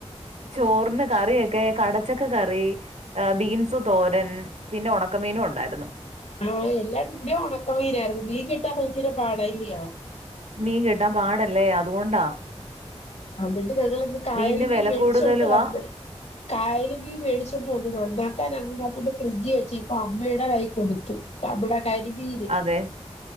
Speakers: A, on the right (about 90°); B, on the left (about 80°).
A: ചോറിന് കറിയൊക്കെ കടച്ചക്ക കറി. ബീൻസ് തോരൻ പിന്നെ ഉണക്കമീനും ഉണ്ടായിരുന്നു
B: ആഹ് എല്ലായിടത്തും ഇവിടെ ഉണക്ക മീനായിരുന്നു മീൻ കിട്ടാൻ ഭയങ്കര പാട് തന്നെയാ
A: മീൻ കിട്ടാൻ പാടല്ലേ അതുകൊണ്ടാ
B: അന്നിട്ട് ഞങ്ങളിന്ന് കായൽ
A: മീനിന്
B: മീൻ
A: വില
B: മേടിച്ചോണ്ട്
A: കൂടുതലുവാ
B: വന്ന് കായല് മീൻ മേടിച്ചോണ്ട് വന്നു നന്നാക്കാൻ അറിയാത്തതുകൊണ്ട് ഫ്രിഡ്ജ് വെച്ചേക്കും അമ്മയുടെ കൈ കൊടുത്തു കബട കരി ബി
A: അതെ